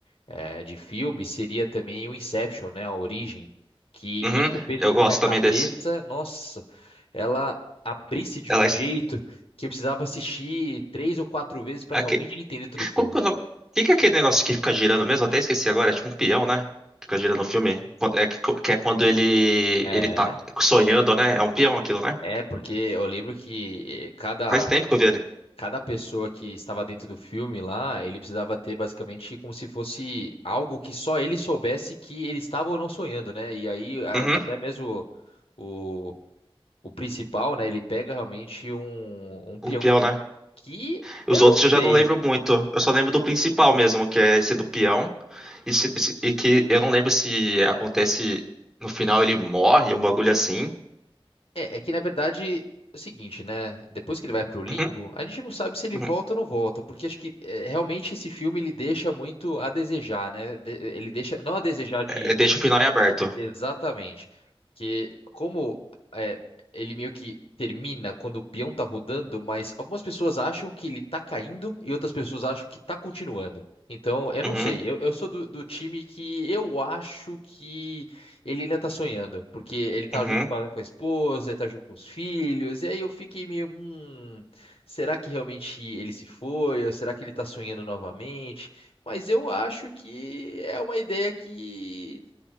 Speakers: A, on the left; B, in the centre.
A: eh, de filme, seria também o Inception, né, a origem, que
B: Uhum.
A: isso fez
B: Eu
A: com que
B: gosto
A: minha cabeça,
B: também desse.
A: nossa, ela abrisse de
B: Ela.
A: um
B: es-
A: jeito que eu precisava assistir três ou quatro vezes para
B: aque-
A: realmente entender todo o filme.
B: Como que é o nome? Que que é aquele negócio que fica girando mesmo? Até esqueci agora. É tipo um peão, né? Fica girando no filme. Quando- É, que que é quando ele
A: É.
B: ele tá sonhando, né? É um peão aquilo, né?
A: É, porque eu lembro que eh, cada,
B: Faz tempo que eu vi ele.
A: cada pessoa que estava dentro do filme lá, ele precisava ter basicamente como se fosse algo que só ele soubesse que ele estava ou não sonhando, né? E aí, a-
B: Uhum.
A: até mesmo o, o principal, né, ele pega realmente um, um peão.
B: O peão, né?
A: Que
B: Os
A: eu
B: outros
A: não
B: eu já
A: sei.
B: não lembro muito. Eu só lembro do principal mesmo, que é esse do peão. E, se- se- e que eu não lembro se acontece no final ele morre, um bagulho assim.
A: É, é que na verdade é o seguinte, né? Depois que ele vai pro limbo,
B: Uhum.
A: a gente não sabe se ele
B: Uhum.
A: volta ou não volta, porque acho que é, realmente esse filme ele deixa muito a desejar, né? De- ele deixa não a desejar de
B: É, deixa o final em aberto.
A: Exatamente. Que como é, ele meio que termina quando o peão tá rodando, mas algumas pessoas acham que ele tá caindo e outras pessoas acham que tá continuando. Então, eu não
B: Uhum.
A: sei. Eu, eu sou do, do time que eu acho que ele ainda tá sonhando. Porque ele tá
B: Uhum.
A: junto com a, com a esposa, ele tá junto com os filhos. E aí eu fiquei meio, hum, será que realmente ele se foi? Ou será que ele tá sonhando novamente? Mas eu acho que é uma ideia que